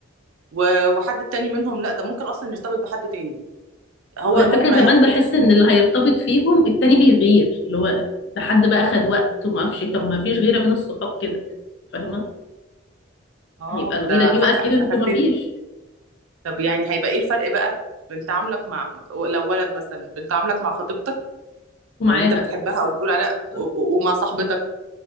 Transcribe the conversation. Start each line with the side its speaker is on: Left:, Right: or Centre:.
Right: و- وحد التاني منهم لا ده ممكن اصلا يرتبط بحد تاني هو
Left: والفكرة
Right: هو مريحه
Left: كمان بحس
Right: كده
Left: ان اللي هيرتبط فيهم التاني بيغير اللي هو ده حد بقى خد وقت وما اعرفش إيه. طب ما فيش غيرة بين الصحاب كده فاهمة
Right: اه
Left: يبقى الغيرة
Right: ده
Left: دي
Right: ح-
Left: بقى اكيد
Right: ح- انت
Left: انتوا
Right: خدتني
Left: ما فيش
Right: طب يعني هيبقى ايه الفرق بقى بين تعاملك مع لو ولد مثلا بين تعاملك مع خطيبتك
Left: ومعاها
Right: او اللي انت بتحبها او بتقول عليها
Left: بالظبط.
Right: و- و- ومع صاحبتك